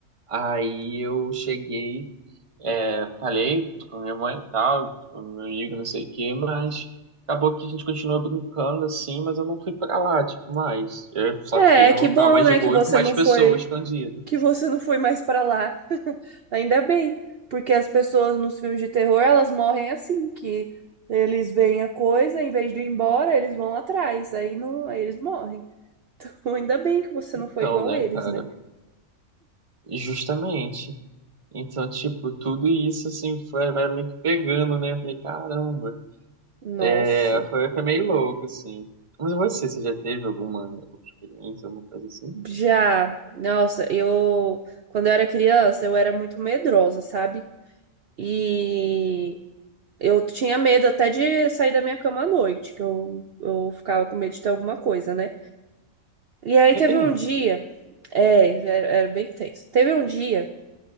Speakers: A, on the right; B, on the right.
A: Aí eu cheguei, é, falei com a minha mãe e tal, com meu amigo, não sei o quê, mas acabou que a gente continuou brincando assim, mas eu não fui pra lá, tipo, mais. Eu só
B: É,
A: fiquei em
B: é que
A: um local
B: bom,
A: mais
B: né,
A: de boa
B: que você
A: e com mais
B: não
A: pessoas
B: foi,
A: escondidas.
B: que você não foi mais pra lá. <laughs> Ainda bem, porque as pessoas nos filmes de terror, elas morrem assim, que eles veem a coisa, em vez de ir embora, eles vão atrás, aí não, aí eles morrem. <laughs> Ainda bem que você
A: Então,
B: não foi igual
A: né,
B: eles,
A: cara?
B: né?
A: Justamente. Então, tipo, tudo isso, assim, foi, vai meio que pegando, né? Eu falei, caramba.
B: Nossa.
A: É, foi, foi meio louco, assim. Mas você, você já teve alguma, alguma experiência, alguma coisa assim?
B: Já, nossa, eu quando eu era criança eu era muito medrosa, sabe? E eu tinha medo até de sair da minha cama à noite, que eu, eu ficava com medo de ter alguma coisa, né? E aí teve
A: É, é.
B: um dia, é, era, era bem tenso. Teve um dia